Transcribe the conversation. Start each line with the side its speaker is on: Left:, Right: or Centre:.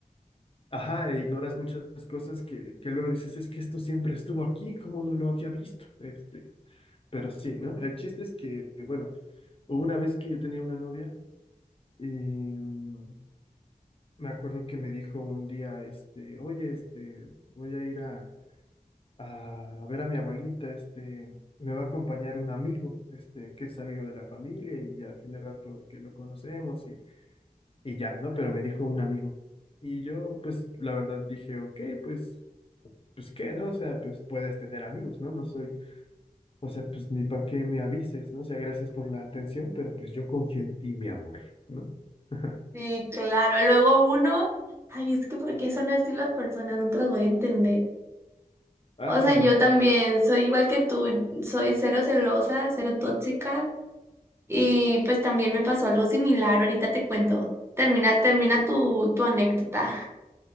Left: ajá, e ignoras muchas cosas que, que luego dices, es que esto siempre estuvo aquí, ¿cómo no lo había visto? Este, pero sí, ¿no? El chiste es que, bueno, hubo una vez que yo tenía una novia y mm, me acuerdo que me dijo un día, este, oye, este, voy a ir a a, a ver a mi abuelita, este, me va a acompañar un amigo, este, que es amigo de la familia y ya tiene rato de que lo conocemos y, y ya, ¿no? Pero me dijo un amigo. Y yo, pues, la verdad dije, ok, pues, pues, ¿qué, no? O sea, pues, puedes tener amigos, ¿no? No soy, o sea, pues, ni para qué me avises, ¿no? O sea, gracias por la atención, pero pues yo confío en ti, mi amor, ¿no? <laughs>
Right: sí, claro. Luego uno, ay, es que ¿por qué son así las personas? Nunca las voy a entender.
Left: Ay,
Right: O sea, yo
Left: no.
Right: también soy igual que tú, soy cero celosa, cero tóxica. Y pues también me pasó algo similar, ahorita te cuento. Termina, termina tu, tu anécdota.